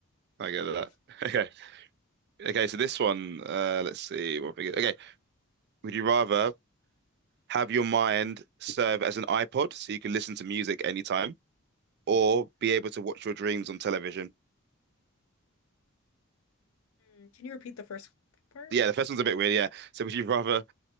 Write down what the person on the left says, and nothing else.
Yeah.
Mhm.
Mm, Can you repeat the first part?